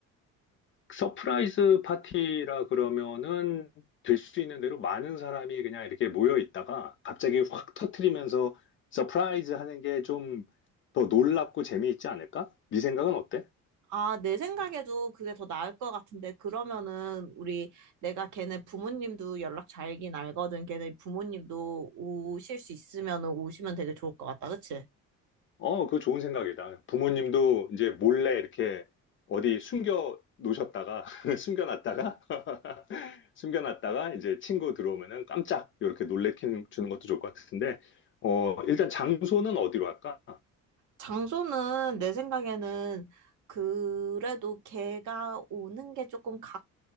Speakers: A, on the left; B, on the right.
A: 서프라이즈 파티라 그러면은 될 수 있는 대로 많은 사람이 그냥 이렇게 모여 있다가 갑자기 확 터트리면서 서프라이즈 하는 게 좀 더 놀랍고 재미있지 않을까? 네 생각은 어때?
B: 아, 내 생각에도 그게 더 나을 것 같은데, 그러면은 우리 내가 걔네 부모님도 연락 잘긴 알거든. 걔네 부모님도 오실 수 있으면은 오시면 되게 좋을 것 같다. 그치?
A: 어, 그거 좋은 생각이다. 부모님도 이제 몰래 이렇게 어디 숨겨 놓으셨다가, <laughs> 숨겨놨다가, <laughs> 숨겨놨다가 이제 친구 들어오면은 깜짝 이렇게 놀래키는 주는 것도 좋을 것 같은데, 어, 일단 장소는 어디로 할까?
B: 장소는 내 생각에는 그래도 걔가 오는 게 조금 가,